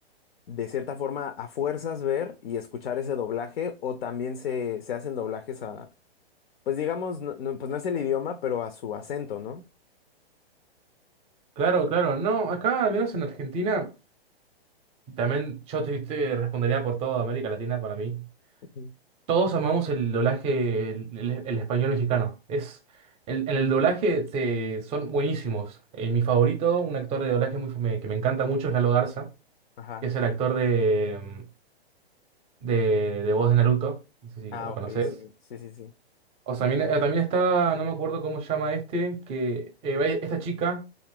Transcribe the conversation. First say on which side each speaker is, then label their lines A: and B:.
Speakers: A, on the left (about 70°); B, on the right (about 20°).
A: de cierta forma a fuerzas ver y escuchar ese doblaje o también se, se hacen doblajes a, pues digamos, no, no, pues no es el idioma, pero a su acento, ¿no?
B: Claro, claro. No, acá, al menos en Argentina. También yo te, te respondería por toda América Latina para mí.
A: Ujú.
B: Todos amamos el doblaje, el, el- el español mexicano. Es, el- en el doblaje te- son buenísimos. Eh, mi favorito, un actor de doblaje muy, fam- que me encanta mucho es Lalo Garza,
A: Ajá.
B: que es el actor de, de, de voz de Naruto. No sé si
A: Ah,
B: lo
A: ok,
B: conoces.
A: sí, sí, sí, sí.
B: O sea, también, eh, también está, no me acuerdo cómo se llama este, que eh, esta chica